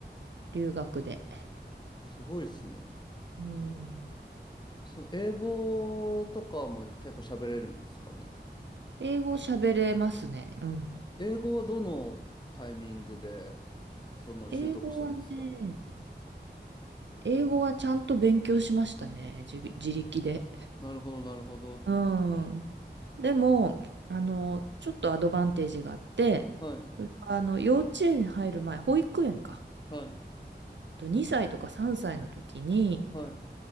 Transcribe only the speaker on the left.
すごいですね。
その英語とかも結構喋れるんですかね。
英語はどのタイミングでその習得したんですか
なるほど、なるほど。
はい、
はい、
はい。